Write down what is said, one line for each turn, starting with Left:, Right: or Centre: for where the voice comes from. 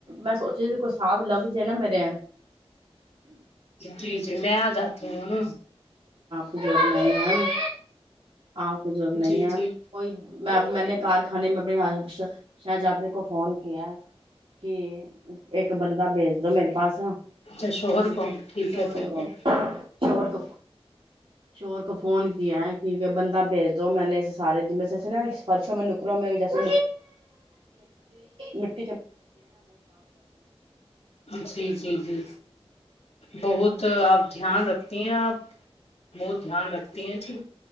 Right: میں سوچا ت کوئی ساتھ لگ جائے نا میرے
Left: جی جی میں آ جاتی ہوں
Right: جور نہیں ہیں آپ کی جرورت نہیں
Left: جی
Right: ہے
Left: جی
Right: کوئی میں نے کارخانے میں اپنیس اچھا شاہجادے کو فون کیا کہ ایک بندہ بھیج میرے پاس ہے
Left: اچھا شوہر کو
Right: ج
Left: ٹھیک
Right: شور
Left: ہے ٹھیک
Right: کو
Left: ہے
Right: شور کو شور کو فون کیا ہے کیک بند بھیج جو میں نے سار جی میں سے ایےا فرش م ککروں میں بھی جیسے مٹی ت م <unintelligible>
Left: جی جی جی بہت اپ جاں رکھتی ہیں آپ وہت دھیان رکھتی ہیں جی